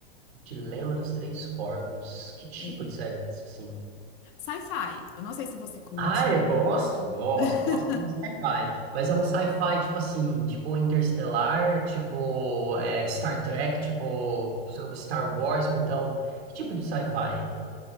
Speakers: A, on the right; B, on the left.
A: Dilema dos Três Corpos. Que tipo
B: É.
A: de série é essa, assim?
B: Sci-fi. Eu não sei se você curte.
A: Ah, eu gosto, gosto,
B: <laughs>
A: gosto de sci-fi. Mas é um sci-fi, tipo assim, tipo Interstellar, tipo é, Star Trek, tipo Star Wars, ou então... Que tipo de sci-fi?